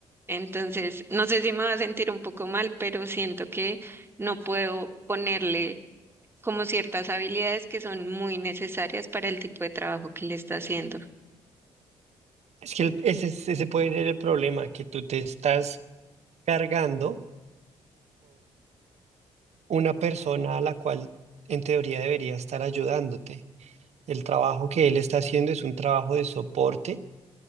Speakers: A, on the right; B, on the right.
A: Entonces, no sé si me va a sentir un poco mal, pero siento que no puedo ponerle como ciertas habilidades que son muy necesarias para el tipo de trabajo que le está haciendo.
B: Es que el- ese, es- ese puede ser el problema, que tú te estás cargando una persona a la cual en teoría debería estar ayudándote. El trabajo que él está haciendo es un trabajo de soporte